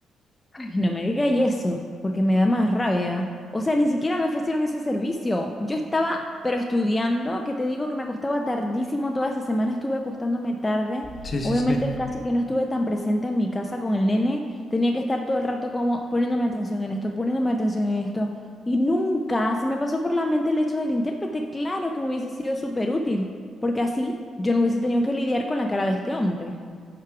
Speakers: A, on the left; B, on the left.
A: Ay, no me digáis eso, porque me da más rabia. O sea, ni siquiera me ofrecieron ese servicio. Yo estaba, pero estudiando, que te digo que me acostaba tardísimo, toda esa semana estuve acostándome tarde.
B: Sí, sí,
A: Obviamente
B: sí.
A: casi que no estuve tan presente en mi casa con el nene. Tenía que estar todo el rato como poniéndome atención en esto, poniéndome atención en esto. Y nunca se me pasó por la mente el hecho del intérprete. Claro que me hubiese sido súper útil, porque así yo no hubiese tenido que lidiar con la cara de este hombre.